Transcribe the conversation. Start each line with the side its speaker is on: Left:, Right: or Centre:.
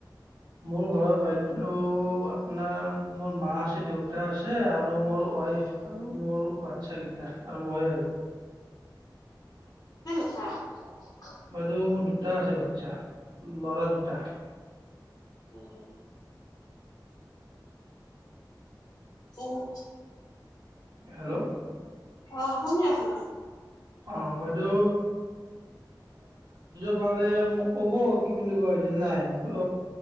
Right: মোৰ ঘৰত বাইদেউ আপোনাৰ মোৰ মা আছে, দেউতা আছে আৰু মোৰ ৱাইফ আৰু মোৰ বাচ্ছা কেইটা এতিয়া আৰু মই আৰু
Left: উ
Right: বাইদেউ মোৰ দুটা আছে বাচ্ছা। ল'ৰা দুটা
Left: অ উম <inaudible> উম
Right: হেল্ল'
Left: অ শুনি আছো
Right: অ বাইদেউ গ'লে মোক ক'ব কি বুলি কোৱা যে নাই ক